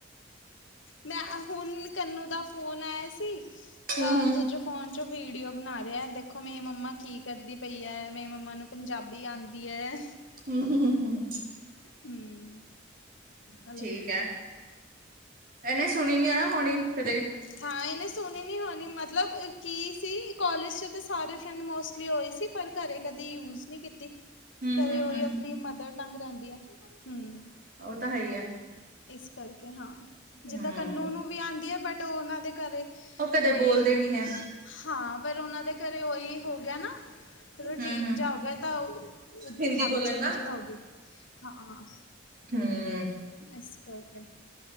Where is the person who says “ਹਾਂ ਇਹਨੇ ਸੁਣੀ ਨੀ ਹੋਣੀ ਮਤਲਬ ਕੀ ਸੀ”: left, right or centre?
Left